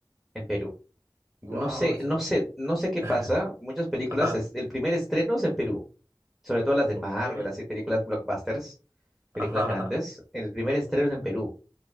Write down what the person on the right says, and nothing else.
wow,
eso.
<laughs>
Ajá,
Ey,
ajá,
ajá.